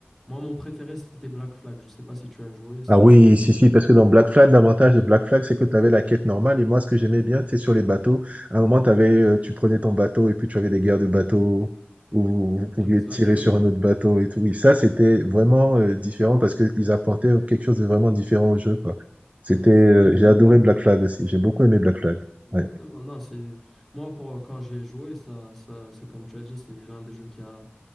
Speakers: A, in the centre; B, on the right.
A: Moi, mon préféré, c'était Black Flag. Je sais pas si tu as joué, c'est
B: Ah oui,
A: celui avec
B: si, si,
A: les...
B: parce que dans Black Flag, l'avantage de Black Flag, c'est que tu avais la quête normale. Et moi, ce que j'aimais bien, c'est sur les bateaux. À un moment, t'avais, euh, tu prenais ton bateau et puis tu avais des guerres de bateaux où vous vous pouviez
A: Exactement,
B: tirer sur un autre bateau et tout. Oui, ça, c'était vraiment euh, différent parce qu'ils apportaient quelque chose de vraiment différent au jeu, quoi. C'était, euh,
A: exactement,
B: j'ai adoré Black Flag aussi. J'ai beaucoup aimé Black Flag.
A: exactement.
B: Ouais.
A: Non, c'est... Moi, pour, euh, quand j'y ai joué, ça, ça, c'est comme tu as dit, c'est l'un des jeux qui a...